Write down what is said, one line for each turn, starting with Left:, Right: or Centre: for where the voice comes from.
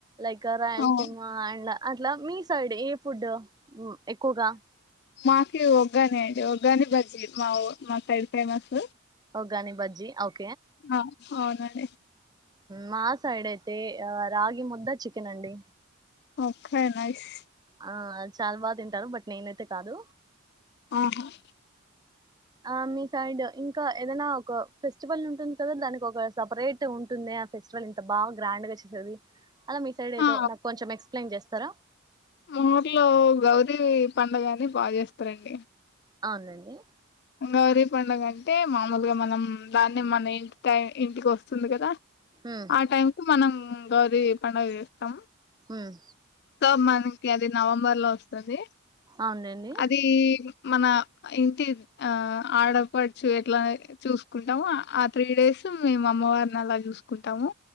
Right: లైక్ రాయలసీమా
Left: అవును
Right: అండ్ అట్లా మీ సైడ్ ఏ ఫుడ్ మ్ ఎక్కువగా
Left: మాకె ఒగ్గానే అండి ఒగ్గాని బజ్జీ మా మా సైడ్ ఫేమస్
Right: ఉగాని బజ్జీ ఓక
Left: ఆ అవునండి
Right: మా సైడ్ అయితే ఆ రాగి ముద్ద చికెన్ అండి
Left: ఒకే నైస్
Right: ఆ చాలా బాగా తింటారు బట్ నేనైతే కాదు
Left: మ్.. హుమ్
Right: ఆ మీ సైడ్ ఇంకా ఏదైనా ఒక ఫెస్టివల్ ఉంటుంది కదా దానికి ఒక సపరేట్ ఉంటుంది ఆ ఫెస్టివల్ ఇంత బాగా గ్రాండ్గా చేసేది అలా మీ సైడ్ ఏదో
Left: ఆ
Right: నాకు కొంచం ఎక్స్ప్లెయిన్ చేస్త సర
Left: మా ఊర్లో గౌరీ పడుగ అని బాగా చేస్తారండి
Right: అవునండి
Left: గౌరీ పండుగ అంటే మామూలుగా మనం దాన్ని మన ఇంటి టై ఇంటికి వస్తుంది కదా
Right: ఉమ్
Left: ఆ టైం కు మనం గౌరీ పండగ చేస్తాం
Right: ఉమ్
Left: సో మనకి అది నవంబర్ లో వస్తది
Right: అవునండి
Left: అది మన ఇంటి ఆ ఆడపడ్చే ఎట్లా చూసుకుంటామో ఆ త్రీ డేస్ మేము అమ్మవారిని అలా చూసుకుంటాము